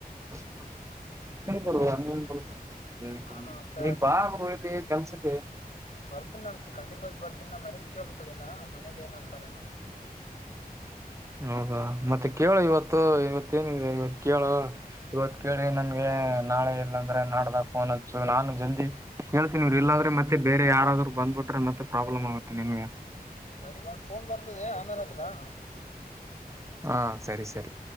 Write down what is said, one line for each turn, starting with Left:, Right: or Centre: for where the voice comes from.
Right: <unintelligible> ಏನ್ಪಾ ನೀನು
Left: ನಾನು ಹಸ್ತಾ
Right: ನೀನ್ ಬಾ ಗುರು ಇಲ್ಲಿ ಕೆಲ್ಸಕ್ಕೆ
Left: ಬರ್ತಿನ್ ನಾನ್ ಖಂಡಿತವಾಗಿ ಬರ್ತೀನ್ ನಾ ಮನೇಲಿ ಕೇಳ್ಬೇಕಲ್ಲೇನ ಮನೇಲೆನಂತಾರೇನೋ
Right: ಹೌದಾ ಮತ್ತ ಕೇಳು ಇವತ್ತು ಇವತ್ತೇನಿದೆ ಇವತ್ಕೆಳು ಇವತ್ಕೆ ನನ್ ನಾಳೆ ಇಲ್ಲ ಅಂದ್ರೆ ನಾಡ್ದಾಗಫೋನ್ ಹಚ್ಚು ನಾನು ಜಲ್ದಿ ಕೇಳ್ತಿನನ ಇಲ್ಲಾಂದ್ರೆ ಮತ್ತೆ ಬೇ ಯಾರಾದ್ರರು ಬಂದ್ ಬಿಟ್ರೆತ್ತ ಪ್ರಾಬ್ಲಮ ಆಗುತ್ತೆ ನಿನ್ಗೆ
Left: ಸರಿ ಒಂದ್ ಫೋನ್ ಬರ್ತಿದೆ ಆಮೇಲೆಸಲಾ
Right: ಹಾ ಸರಿ ಸರಿ